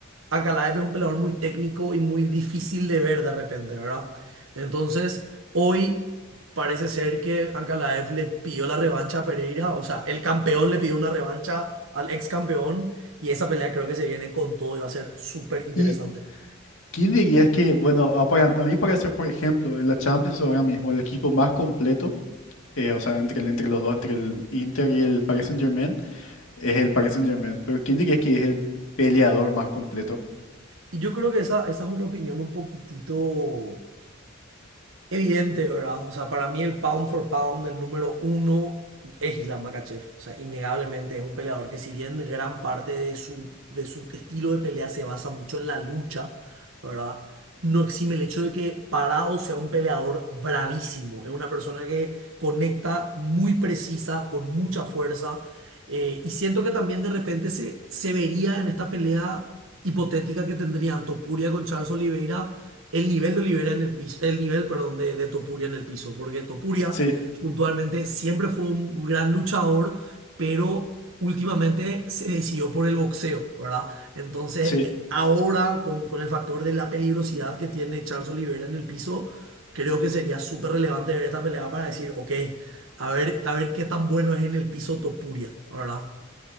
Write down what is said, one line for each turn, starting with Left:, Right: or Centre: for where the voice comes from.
Right: Ankalaev es un peleador muy técnico y muy difícil de ver de repente, ¿verdad? Entonces, hoy parece ser que Ankalaev le pidió la revancha a Pereira, o sea, el campeón le pidió una revancha al ex campeón y esa pelea creo que se viene con todo y va a ser súper interesante.
Left: ¿Y quién dirías que, bueno, a, para- a mi parecer, por ejemplo, en la Champions ahora mismo, el equipo más completo, eh, o sea, entre, el- entre los dos, entre el Inter y el Paris Saint-Germain, es el Paris Saint-Germain. Pero ¿quién dirías que es el peleador más completo?
Right: Y yo creo que esa, esa es una opinión un poquitito Evidente, ¿verdad? O sea, para mí el pound for pound, el número uno, es Islam Makhachev. O sea, innegablemente es un peleador que si bien gran parte de su, de su estilo de pelea se basa mucho en la lucha, ¿verdad? No exime el hecho de que Parado sea un peleador bravísimo. Es una persona que conecta muy precisa, con mucha fuerza. eh, y siento que también de repente se, se vería en esta pelea hipotética que tendrían Topuria con Charles Oliveira el nivel de Olivera en el piso, el nivel, perdón, de, de Topuria en el piso, porque Topuria
Left: Sí,
Right: puntualmente siempre fue un gran luchador, pero últimamente se decidió por el boxeo, ¿verdad? Entonces,
Left: sí.
Right: eh, ahora con, con el factor de la peligrosidad que tiene Charles Olivera en el piso, creo que sería súper relevante ver esta pelea para decir, ok, a ver, a ver qué tan bueno es en el piso Topuria, ¿verdad?